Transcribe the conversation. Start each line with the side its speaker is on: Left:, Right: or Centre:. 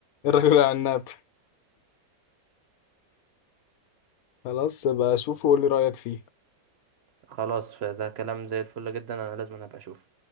Left: الرجل العناب <laughs> خلاص بقى اشوفه وقول لي رايك فيه
Right: خلاص فده كلام زي الفل جدا انا لازم أنا ابقى اشوف